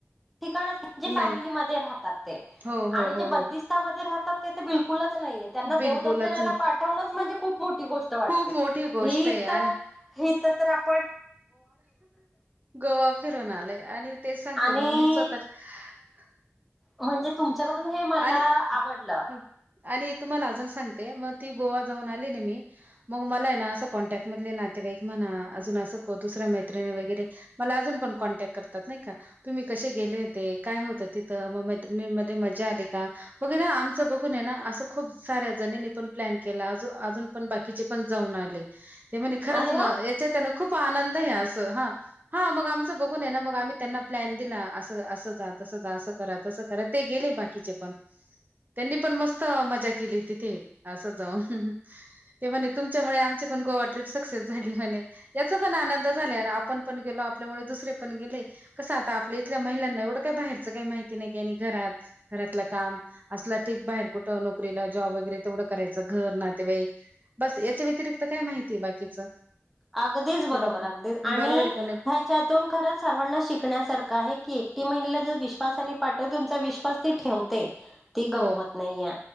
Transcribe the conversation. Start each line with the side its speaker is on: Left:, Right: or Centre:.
Centre: ठिकाण जे फॅमिलीमध्ये
Right: नाही.
Centre: राहतात, ते
Right: हो, हो,
Centre: आणि जे
Right: हो,
Centre: बंदिस्तामध्ये
Right: हो.
Centre: राहतात त ते तर बिकुलचं तसं नाहीये, त्यांना
Right: बिलकुलच
Centre: देवदर्शनाला
Right: नाही.
Centre: पाठवनच म्हणजे खूप मोठी गोष्ट वाटते
Right: खूप मोठी गोष्ट
Centre: ही
Right: आहे
Centre: तर
Right: आणि
Centre: आपल्या. पण.
Right: गोवा. फिरुन आलोय आणि. तेच सांगते
Centre: आणि
Right: मग मी स्वतः च्या
Centre: म्हणजे तुमच्याकडून हे मला
Right: आणि
Centre: आवडलं.
Right: हो आणि तुम्हाला अजून सांगते, मग ती गोवा जाऊन आली ना, मी मग मला आहे ना, असं कॉन्टॅक्ट मधले नातेवाईक म्हणा, अजून असं दुसऱ्या मैत्रीणि वैगेरे, मला अजुन पण कॉन्टॅक्ट. करतात नाही का, तुम्ही कसे गेले होते काय होत तिथं, मग मैत्रिणी मध्ये मजा आली का, मग कणी आमच बघूनय ना असं खूप साऱ्या जणीनी पण प्लॅन केला, अजून पण बाकीचे पण जाऊन आले. ते म्हणे खरंच
Centre: अरे वा
Right: याच्यात हाय ना खूप. खूप आनंद आहे असं हा हा मग आमचं बघून आहे ना मग आम्ही त्यांना प्लॅन दिला अस असं जा तस जा असं करा तसं करा ते गेले बाकीचे पण त्यांनी पण मस्त मजा केली तिथे असं जाऊन. ते म्हणे तुमच्यामुळे आमची पण गोवा ट्रीप सक्सेस झाली म्हणे. पण आनंद झालेला. आपण पण गेलो आपल्यामुळे दुसरे पण गेले कसं आता आपल्या इथल्या महिलांना एवढं काय बाहेरच काही माहिती नाही क घरात घरातलं काम असलं ठीक बाहेर कुठं नोकरीला जॉब वगैरे तेवढं करायचं घर नातेवाईक बस याच्या व्यतिरिक्त काय माहिती बाकीचं.
Centre: अगदीच बरोबर
Right: थोडं
Centre: अगदीच आणि
Right: बरोबर आहे का नाही?
Centre: ह्याच्यातून खरंच सर्वांना शिकण्यासारखं आहे की एकटी महिला जर विश्वास आणि त तुमचा विश्वास ती ठेवते. ती
Right: हो
Centre: गमवत नाहीये